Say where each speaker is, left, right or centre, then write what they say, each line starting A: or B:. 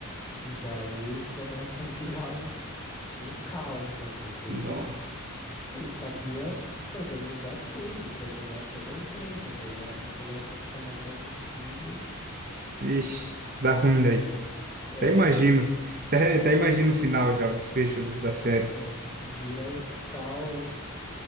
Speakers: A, on the left; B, on the right.
A: e daí começa a virar um, um caos, né? Porque
B: nossa,
A: ele, ele sabia organizar tudo, coordenar toda a empresa, e daí a hora que começa a ficar na mão dos filhos,
B: vixe, dá ruim daí.
A: é,
B: Até imagino, até, até imagino o final já, o desfecho do- da série.
A: é, vira um caos.